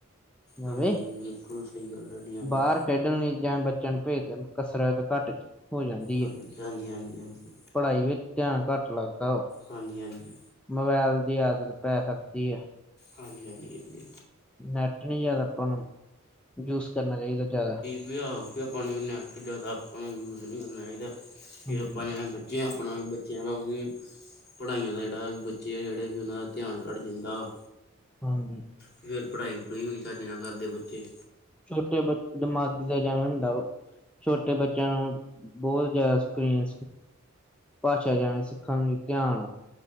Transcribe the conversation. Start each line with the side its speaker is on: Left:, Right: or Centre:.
Centre: ਜਾਵੇ
Left: ਹਾਂਜੀ-ਹਾਂਜੀ, ਬਿਲਕੁਲ ਸਹੀ ਗੱਲ, ਤੁਹਾਡੀ ਹਾਂਜੀ।
Centre: ਬਾਹਰ ਖੇਡਣ ਲਈ ਜਾਂ ਬੱਚਿਆਂ ਨੂੰ ਭੇਜ ਦੇਣ ਕਸਰਤ ਘੱਟ ਹੋ ਜਾਂਦੀ
Left: ਹਾਂਜੀ
Centre: ਹੈ।
Left: ਹਾਂਜੀ ਹਾਂਜੀ ਹਾਂਜੀ
Centre: ਪੜ੍ਹਾਈ ਵਿੱਚ ਧਿਆਨ ਘੱਟ ਲੱਗਦਾ ਵਾ।
Left: ਹਾਂਜੀ-ਹਾਂਜੀ।
Centre: ਮੋਬਾਇਲ ਦੀ ਆਦਤ ਪੈ ਸਕਦੀ ਹੈ।
Left: ਹਾਂਜੀ-ਹਾਂਜੀ-ਹਾਂਜੀ।
Centre: ਨੈਟ ਨੀ ਜਿਆਦਾ ਆਪਾਂ ਨੂੰ ਯੂਜ ਕਰਨਾ ਚਾਹੀਦਾ ਜਿਆਦਾ।
Left: ਵਿਆਹ ਹੋ ਕੇ ਆਪਾ ਨੂੰ ਇਨਾਂ ਜ਼ਿਆਦਾ ਆਪਾਂ ਨੂੰ ਯੂਜ ਨਹੀਂ ਕਰਨਾ ਚਾਹੀਦਾ ਵੀ
Centre: ਹਾਂਜੀ
Left: ਆਪਾਂ ਨੇ ਬ। ਜਿਵੇਂ ਆਪਣਾ, ਬੱਚਿਆਂ ਦਾ ਉਹੀ। ਪੜ੍ਹਾਈਆਂ ਦਾ ਜਿਹੜਾ ਵੀ ਬੱਚੇ ਆ ਜਿਹੜੇ ਵੀ ਉਹਨਾਂ ਦਾ ਧਿਆਨ ਘੱਟ ਜਾਂਦਾ ਵਾ।
Centre: ਹਾਂਜੀ।
Left: ਫਿਰ ਪੜ੍ਹਾਈ-ਪੜੂਈ ਵੀ ਨਹੀਂ ਚੱਜ ਨਾਲ ਕਰਦੇ ਬੱਚੇ।
Centre: ਛੋਟੇ ਬੱਚੇ ਦੇ ਦਿਮਾਗ ਚ ਜਾਣਾ ਹੁੰਦਾ ਹੈ। ਛੋਟੇ ਬੱਚਿਆਂ ਨੂੰ ਬਹੁਤ ਜ਼ਿਆਦਾ ਸਕਰੀਨ ਭਾਸ਼ਾ ਜਾਣ ਸਿੱਖਣ ਲਈ ਧਿਆਨ।